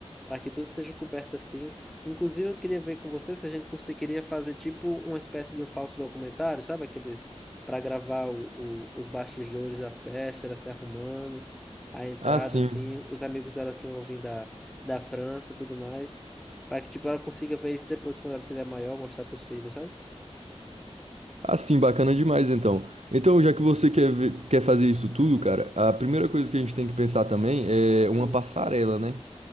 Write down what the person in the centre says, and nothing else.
para que tudo seja coberto assim. Inclusive, eu queria ver com você se a gente conseguiria fazer tipo uma espécie de um falso documentário, sabe? Aqueles para gravar o, o- os bastidores da festa, ela se arrumando, a entrada,
assim, os amigos dela que vão vir da, da França, tudo mais, para que tipo ela consiga ver isso depois quando ela tiver maior, mostrar para os filhos, sabe?
Hum,